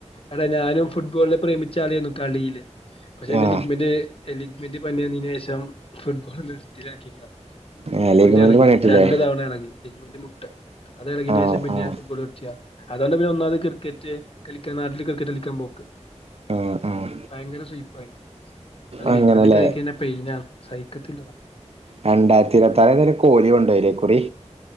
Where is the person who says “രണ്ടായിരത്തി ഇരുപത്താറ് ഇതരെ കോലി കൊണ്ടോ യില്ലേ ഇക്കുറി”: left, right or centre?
Right